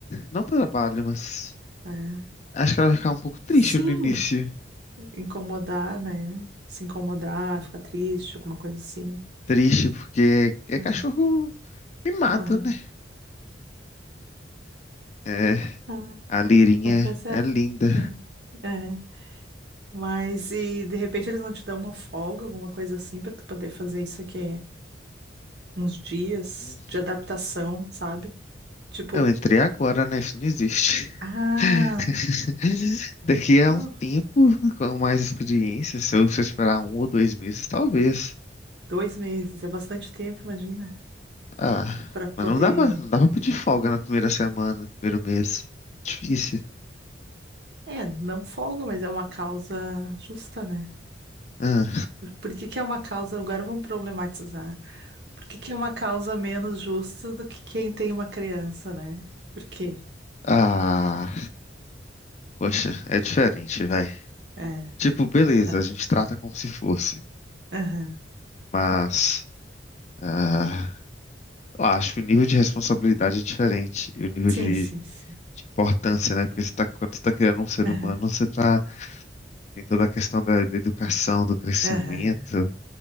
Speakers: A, on the left; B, on the right.
A: Não pelo trabalho, mas.
B: É.
A: Acho que ela vai ficar um pouco triste
B: Sim,
A: no início.
B: incomodar, né? Se incomodar, ficar triste, alguma coisa assim.
A: Triste porque é
B: É.
A: cachorro mimado,
B: Aham.
A: né? É,
B: Ah,
A: a Lirinha
B: mas tá certo.
A: é linda.
B: É. É. Mas e de repente eles não te dão uma folga, alguma coisa assim, pra tu poder fazer isso aqui uns dias
A: Hum,
B: de adaptação, sabe? Tipo,
A: Eu entrei agora, né? Isso não existe.
B: Ah,
A: <laughs> Daqui a
B: não.
A: um tempo, com mais experiência, se eu for esperar um ou dois meses, talvez.
B: Dois meses é bastante tempo, imagina.
A: Ah,
B: Pra poder.
A: mas não dá pra, não dá pra pedir folga na primeira semana, primeiro mês. Difícil.
B: É, não folga, mas é uma causa justa, né?
A: Ah,
B: Por, por que que é uma causa? Agora vamos problematizar. Por que que é uma causa menos justa do que quem tem uma criança, né? Por quê?
A: <laughs> ah, poxa, é diferente, vai.
B: É,
A: Tipo, beleza,
B: tá.
A: a gente trata como se fosse,
B: Aham.
A: mas ah, eu acho que o nível de responsabilidade é diferente e o nível
B: Sim,
A: de,
B: sim, sim.
A: de importância, né? Porque você tá, quando você está criando um ser
B: Aham.
A: humano, você tá, tem toda a questão da, da educação, do crescimento
B: Aham.